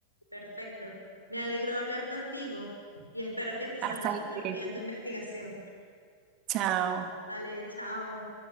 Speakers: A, on the left (about 90°); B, on the right (about 40°).
A: perfecto. Me alegro de hablar contigo y espero que te salga
B: Hasta
A: súper
B: luego.
A: bien tu investigación.
B: Chao.
A: Dale, chao.